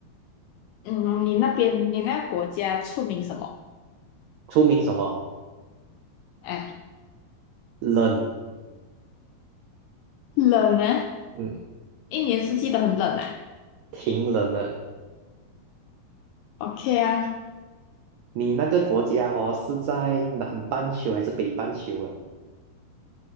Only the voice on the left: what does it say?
嗯，你那边你那国家出名什么？
哎，
冷呢？
一年四季都很冷啊。
OK 啊，